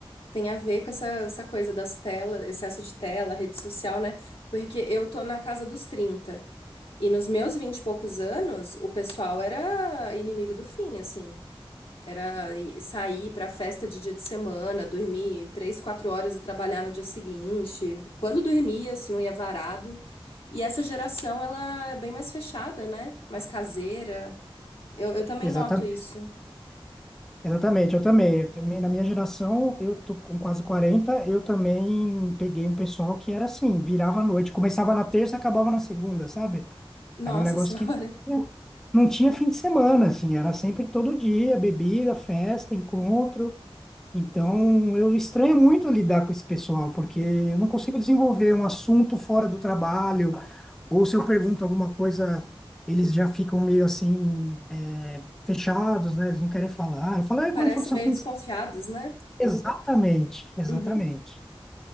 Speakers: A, on the left; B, in the centre.
A: Tem a ver com essa, essa coisa das telas, excesso de tela, rede social, né? Porque eu tô na casa dos trinta E nos meus 20 e poucos anos, o pessoal era inimigo do fim, assim. Era i- sair pra festa de dia de semana, dormir três, quatro horas e trabalhar no dia seguinte. Quando dormia, se não ia varado. E essa geração, ela é bem mais fechada, né? Mais caseira. Eu, eu também
B: Exatamente,
A: noto isso.
B: exatamente, eu também, eu também, na minha geração, eu tô com quase quarenta eu também peguei um pessoal que era assim, virava à noite, começava na terça, acabava na segunda, sabe?
A: Nossa
B: Era um negócio
A: <laughs> Senhora.
B: que não tinha não tinha fim de semana, assim, era sempre todo dia, bebida, festa, encontro,
A: Uhum,
B: Então, eu estranho muito lidar com esse pessoal, porque
A: uhum.
B: eu não consigo desenvolver um assunto fora do trabalho, ou se eu pergunto alguma coisa, eles já ficam meio assim, é, fechados, né? Eles não querem falar. Eu falo, "Ai,
A: Parece
B: como é foi que
A: meio
B: seu fim
A: desconfiados,
B: de... semana?"
A: né?
B: Exatamente, exatamente.
A: Uhum.